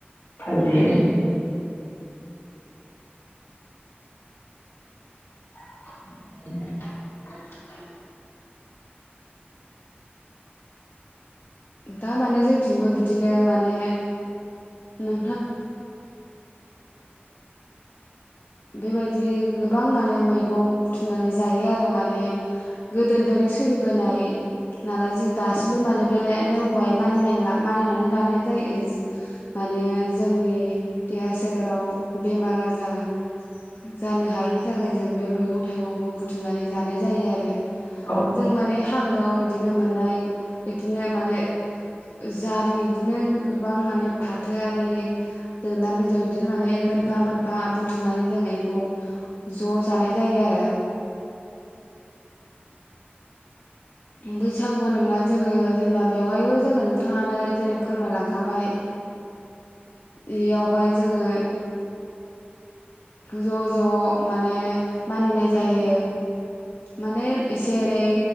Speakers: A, on the left; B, on the left.
A: फाजियो <inaudible>
B: दा माने जोंथिंबो बिदिनो माने नों बेबायदि गोबां माने मेगं बुथुमनानै जायो आरो माने गोदोनि ओमफायनो सोलिबोनाय नालाय जों दासिमबो माने बे नेमखौहाय मानि मानिनानै लानाय जायो माने जोंनि देहा सोलेराव बेमार आजारा <unintelligible> जानो हायिनि थाखाय जों बे मैगं थाइगंखौ बुथुमनानै जानाय जायो आरो
A: औ
B: जों माने हाग्रायाव बिदिनो मोननाय बिदिनो माने जारि बिदिनो गोबां माने फाथो आरि जोगोनार बिजौ इग्नोर मोनफा मोनफा बुथुमनानौ बिखौ ज' जानाय जायो आरो बैसागु होन्ला जोङो जेनेबा बेवहायबो जोङो नोंथाङानो जेरै फोरमायलांखाबाय इयावहाय जोङो ज' ज' माने मानिनाय जायो माने एसे एनै